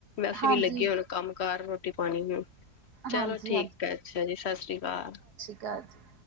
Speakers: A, on the left; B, on the right.
A: ਅਸੀਂ
B: ਹਾਂਜੀ
A: ਵੀ ਲੱਗੀਏ ਹੁਣ ਕੰਮ ਕਾਰ ਰੋਟੀ ਪਾਣੀ ਨੂੰ। ਚਲੋ
B: ਹਾਂਜੀ
A: ਠੀਕ ਹੈ, ਅੱਛਾ ਜੀ, ਸ਼ਾਸਰੀ ਕਾਲ।
B: ਕਾ ਜੀ।